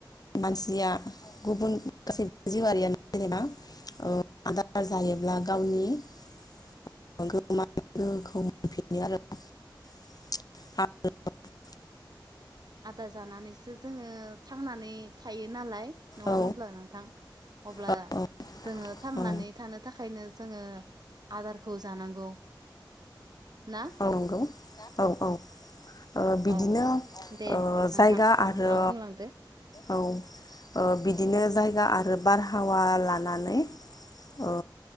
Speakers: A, on the left (about 50°); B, on the right (about 55°).
A: मानसिया गुबुन गासै जिउआरियानो जेनेबा औ आदार जायोब्ला गावनि <unintelligible> गोहोखौ मोनफिनो आरो ना <inaudible>
B: आदार जानानैसो जोङो थांनानै थायो नालाय नङा
A: औ
B: होमब्ला नोंथां अब्ला
A: औ
B: जोंङो थांनानै
A: औ
B: थानो थाखायनो जोंङो आदारखौ जानांगौ ना
A: औ नंगौ औ औ ओ बिदिनो
B: औ दे
A: ओ
B: नोंथां
A: जायगा आरो
B: नोंथाङा बुंलांदो
A: औ ओ बिदिनो जायगा आरो बारहावा लानानै ओ